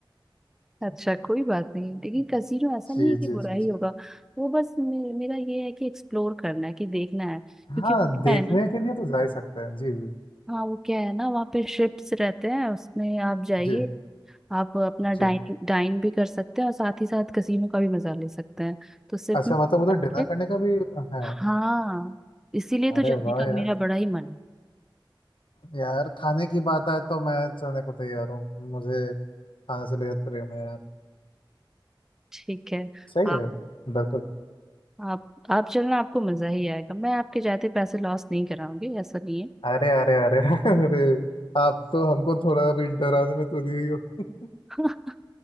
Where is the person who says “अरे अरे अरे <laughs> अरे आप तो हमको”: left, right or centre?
Left